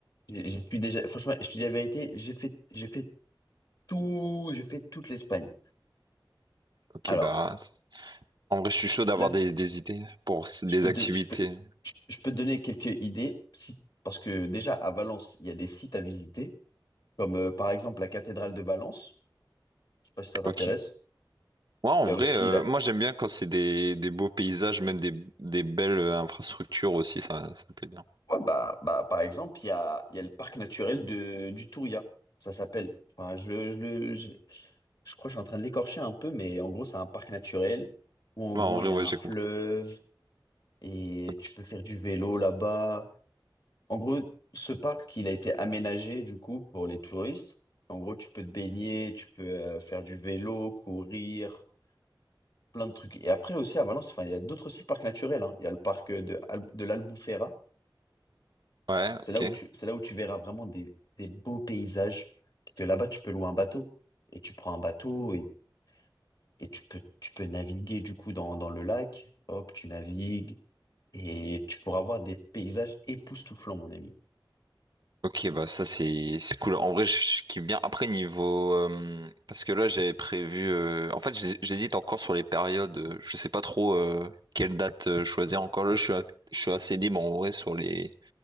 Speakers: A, on the left; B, on the right.
A: j'y j'y suis déjà, franchement, je te dis la vérité, j'ai fait, j'ai fait tout, j'ai fait toute l'Espagne.
B: Ok,
A: Alors,
B: bah, c- en vrai, je suis chaud
A: je-
B: d'avoir
A: là, c'est-
B: des, des idées pour s- des
A: je peux
B: activités.
A: te, je peux, je, je peux te donner quelques idées, si, parce que déjà à Valence, il y a des sites à visiter, comme euh, par exemple la cathédrale de Valence. Je sais pas si ça t'intéresse.
B: Ok. Ouais, en
A: Il
B: vrai,
A: y a aussi
B: euh,
A: la,
B: moi, j'aime bien quand c'est des, des beaux paysages, même des, des belles euh, infrastructures aussi, ça, ça me plaît bien.
A: ouais, bah, bah, par exemple, il y a, il y a le parc naturel de, du Touria. Ça s'appelle. Enfin, je, je, le- je, je crois que je suis en train de l'écorcher un peu, mais en gros, c'est un parc naturel où en
B: Ouais,
A: gros,
B: en vrai,
A: il y
B: ouais,
A: a un
B: j'ai
A: fleuve
B: compris.
A: et
B: Ok.
A: tu peux faire du vélo là-bas. En gros, ce parc, il a été aménagé du coup pour les touristes. En gros, tu peux te baigner, tu peux euh, faire du vélo, courir, plein de trucs. Et après aussi à Valence, enfin, il y a d'autres aussi parcs naturels. hein. Il y a le parc euh, de, Al- de l'Albufera.
B: Ouais,
A: C'est
B: ok.
A: là où tu, c'est là où tu verras vraiment des, des beaux paysages. Parce que là-bas, tu peux louer un bateau. Et tu prends un bateau et, et tu peux, tu peux naviguer du coup dans, dans le lac. Hop, tu navigues. Et tu pourras voir des paysages époustouflants, mon ami.
B: Ok, bah ça c'est c'est cool. En vrai, je kiffe bien. Après, niveau... euh, parce que là, j'avais prévu... euh, En fait, j'hés- j'hésite encore sur les périodes. euh, Je sais pas trop euh, quelle date euh, choisir. Encore là, je suis, a- je suis assez libre en vrai sur les...